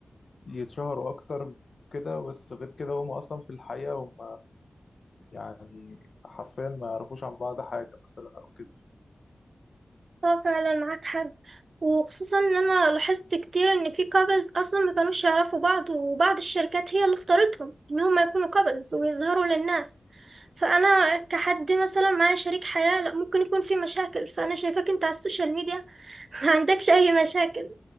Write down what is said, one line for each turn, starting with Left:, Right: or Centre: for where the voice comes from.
Left: يتشهروا أكتر كده بس غير كده هم أصلا في الحقيقة هم يعني حرفيا ما يعرفوش عن بعض حاجة مثلا أو كده
Right: اه فعلا معاك حق وخصوصا ان انا لاحظت كتير ان في كابلز اصلا ما كانوش يعرفوا بعض وبعض الشركات هي اللي اختارتهم ان هم يكونوا كابلز ويظهروا للناس فانا كحد مثلا معايا شريك حياة لا ممكن يكون في مشاكل فانا شايفاك انت على السوشيال ميديا <laughs> ما عندكش اي مشاكل